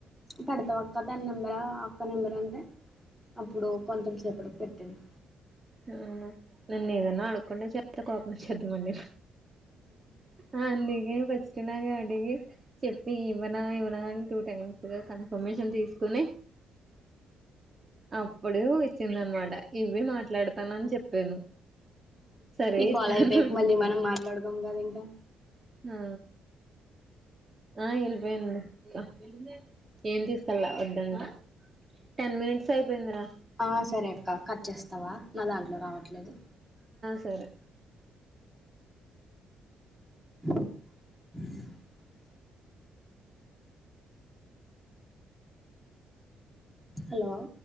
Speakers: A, in the centre; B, on the right.
A: పడ్తవా వాక్క అ తన నెంబరా అక్క నెంబరా అంటే అప్పుడు కొంతం సేపటికి పెట్టింది.
B: ఉ నన్న ఏదన్న ఆడుకండచెత్త్ కోపు మచ్చాదీద్ది మరి అ నీగే బస్ పట్టినాగా అడిగి చెప్పి ఇవ్వనా ఇవ్వనా అని టూ టైమ్స్ గా కన్ఫర్మేషన్ తీసుకుని అప్పుడు ఇచ్చింద అనమాట ఇవి మాట్లాడుతానని చెప్పాను సరేయితే
A: ఈ కాల్ అయిపోయాక
B: అను
A: మళ్ళీ మనం మాట్లాడుకోం కదా ఇంకా
B: ఆ ఆ ఎళ్ళిపోయింది ఏం తీసుకెళ్లా వద్దంట టెన్ మినిట్స్ అయిపోయిందరా
A: ఆ సరే అక్క కట్ చేస్తావా నా దాంట్లో రావట్లేదు.
B: సరె.
A: <unintelligible> హలో? !